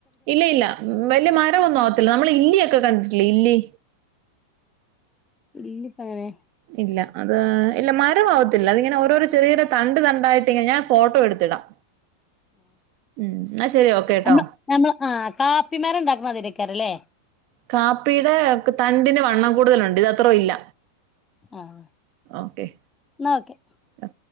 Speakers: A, on the right; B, on the left.
A: ഇല്ല ഇല്ല വലിയ മരമൊന്നും ആവത്തില്ല നമ്മള് ഇല്ലിക്കെ കണ്ടി ഇല്ലി
B: ഇല്ലിപ്പകനെ
A: ഇല്ല അത് ഇല്ല മരമാവത്തില്ല അതിങ്ങനെ ഓരോരോ ചെറിയൊരു തണ്ട് തണ്ടായിട്ട ഇങ്ങനെ ഞാൻ ഫോട്ടോ എടുത്തിടാം ഉം എന്നാ ശരി ഓക്കെ ട്ടോ
B: ആമ്മ നമ്മൾ ആ കാപ്പിമാരണ്ടാക്കും മാതിരിക്കാറല്ലേ
A: കാപ്പിയുടെ തണ്ടിന് വണ്ണം കൂടുതലുണ്ട് ഇതത്ത്ര ഇല്ല.
B: ആഹ
A: ഓക്കെ
B: എന്നാക്കെ
A: ഓക്കെ